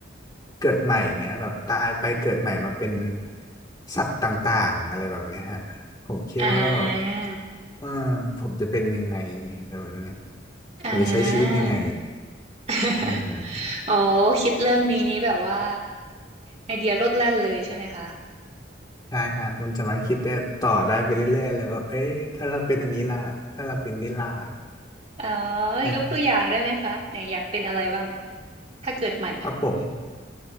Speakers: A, on the left; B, on the right.
A: เกิดใหม่เงี้ยแบบตายไปเกิดใหม่มาเป็นสัตว์ต่างๆอะไรแบบเนี้ยฮะผมคิดว่าแบบ
B: อ่า
A: เออผมจะเป็นยังไงอะไรแบบเนี้ย
B: อ่
A: ผมจะใช้ชีวิตยังไง
B: า <laughs>
A: อืม
B: อ๋อคิดเรื่องนี้นี้แบบว่าไอเดียโลดแล่นเลยใช่ไหมคะ
A: ใช่ฮะมันสามารถคิดได้ต่อได้ไปเรื่อยๆเลยว่าเอ้ยถ้าเราเป็นอันนี้ล่ะถ้าเราเป็นนี่ล่ะ
B: <laughs> อ๋อ
A: ใช่
B: ยกตัวอย่างได้ไหมคะไหนอยากเป็นอะไรบ้างถ้าเกิดใหม่
A: ครับผม